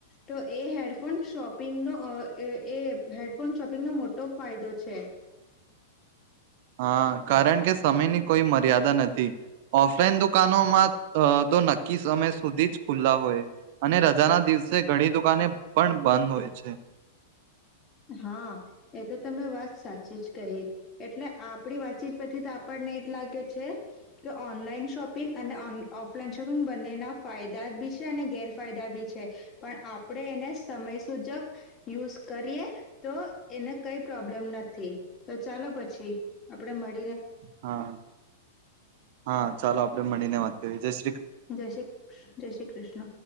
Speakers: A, on the left; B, on the right.
A: તો એ હેડફોન શોપિંગનો એ હેડફોન શોપિંગનો મોટો ફાયદો છે.
B: હા કારણ કે સમયની કોઈ મર્યાદા નથી ઓફલાઈન દ દુકનોત દો નાખ કી સમય સુધીજ ખુલ્લા હોય અને રજા ના દિવસે ઘણી દુકાને પણ બંધ હોય છે.
A: હા, એ તો તમે વાત સાચી જ કહી. એટલે આપણી વાતચીત પરથી તો આપણને એ જ લાગે છે, કે ઓનલાઈન શોપિંગ અને ઓન ઓફલાઈન શોપિંગ બંનેના ફાયદા બી છે અને ગેરફાયદા બી છે. પણ આપણે એને સમયસૂજક યુઝ કરીએ તો એને કઈ પ્રોબ્લેમ નથી. તો ચાલો પછી આપણે મળ
B: હા, હા, ચાલો આપણે મળીને વાત એ જેસ
A: જય શ્રી કૃષ. જય શ્રી કૃષ્ણ.